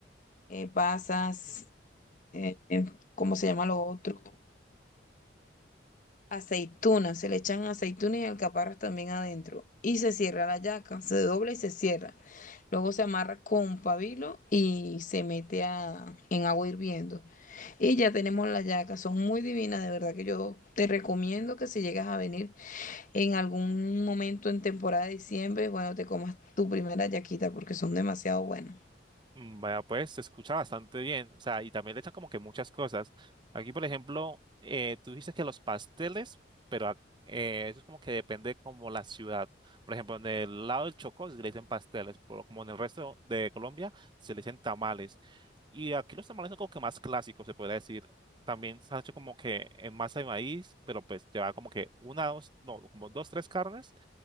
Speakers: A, on the left; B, on the right.
A: eh, pasas, eh, eh, ¿cómo se llama lo otro? Aceitunas, se le echan aceitunas y alcaparras también adentro. Y se cierra la yaca, se dobla y se cierra. Luego se amarra con pabilo y se mete a, en agua hirviendo. Y ya tenemos la yaca, son muy divinas, de verdad que yo te recomiendo que si llegas a venir en algún momento en temporada de diciembre, bueno, te comas tu primera yaquita porque son demasiado buenas.
B: Mm, Vaya, pues se escucha bastante bien, o sea, y también le echan como que muchas cosas. Aquí, por ejemplo, eh, tú dices que los pasteles, pero a- eh, eso es como que depende como la ciudad. Por ejemplo, en el lado del Chocó se le dicen pasteles, pero como en el resto de Colombia se le dicen tamales. Y aquí los tamales son como que más clásicos, se podría decir. También se ha hecho como que en masa de maíz, pero pues lleva como que una, dos, no, como dos, tres carnes